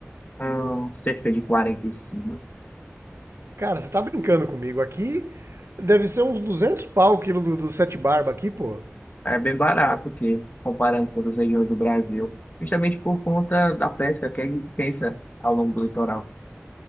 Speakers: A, on the left; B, on the right.
A: hum, cerca de 45,
B: Cara, você tá brincando comigo. Aqui deve ser uns 200 pau o quilo do, do sete barba aqui, pô.
A: É bem barato, que comparando com as regiões do Brasil. Justamente por conta da pesca que é intensa ao longo do litoral.